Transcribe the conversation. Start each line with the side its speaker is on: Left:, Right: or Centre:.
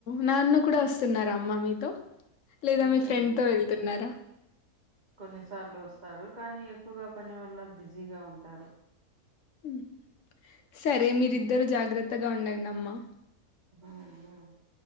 Left: నాన్న కూడా వస్తున్నార అమ్మా మీతో లేదా
Right: మ్మ్
Left: మీ ఫ్రెండ్ తో వెళ్తున్నారా
Right: కొన్నిసార్లు వస్తారు కానీ ఎక్కువగా పని వల్ల బిజీగా ఉంటారు
Left: మ్మ్ సరే మీరిద్దరు
Right: మ్మ్
Left: జాగ్రత్తగా ఉండండి అమ్మా
Right: మ్మ్ హ్మ్